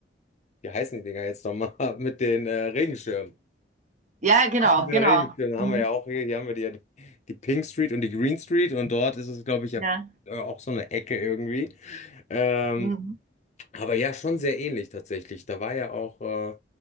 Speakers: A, on the left; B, on the right.
A: wie heißen die Dinger jetzt nochmal? <laughs> Mit den äh, Regenschirmen.
B: Ja, genau,
A: Ach, Mit den
B: genau.
A: Regenschirmen
B: Mhm.
A: haben wir ja auch hier, hier haben wir die, ja die, die Pink Street und die Green Street und dort ist es, glaube ich, ja
B: Ja,
A: äh, auch so eine Ecke irgendwie. Ähm,
B: mhm.
A: aber ja, schon sehr ähnlich tatsächlich. Da war ja auch, äh,